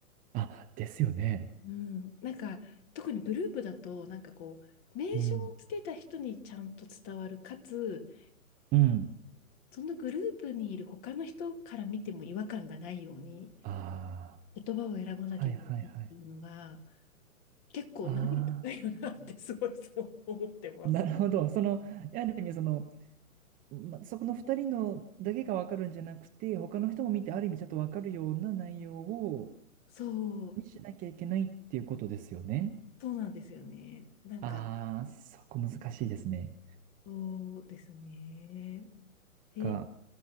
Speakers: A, on the right (about 20°); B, on the left (about 30°).
A: あ、ですよね。
B: うん、なんか特にグループだと、なんかこう、名称をつけた人にちゃんと伝わる、
A: うん。
B: かつ、
A: うん。
B: そのグループにいる他の人から見ても違和感がないように、
A: あ
B: 言葉を選ばなきゃいけないっていうのが、
A: あ、はいはいはい。
B: 結構難易度高いよなってすごいそう思ってます。
A: ああ、なるほど。その、や意りその、ま、そこの2人のだけが分かるんじゃなくて、他の人も見てある意味ちゃんと分かるような内容を
B: そう、
A: にしなきゃいけないっていうことですよね。
B: そうなんですよね。なんか、
A: ああ、そこ難しいですね。
B: そうですね。で、
A: が、